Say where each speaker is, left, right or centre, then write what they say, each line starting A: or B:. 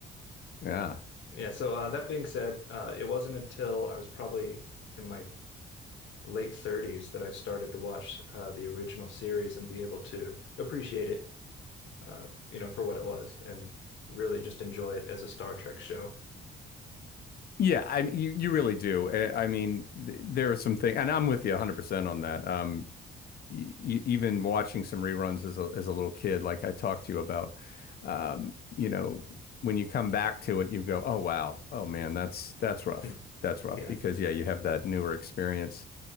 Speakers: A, on the left; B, on the left.
A: Yeah.
B: Yeah, so uh, that being said, uh, it wasn't until I was probably in my late 30s that I started to watch uh, the original series and be able to appreciate it, uh, you know, for what it was and really just enjoy it as a Star Trek show.
A: Yeah, I you, you really do. I, I mean, th there are some things, and I'm with you 100% on that. Um, y y- even watching some reruns as a as a little kid, like I talked to you about, um, you know, when you come back to it, you go, "Oh wow, oh man, that's that's rough.
B: Hmm.
A: That's rough."
B: Yeah.
A: Because yeah, you have that newer experience.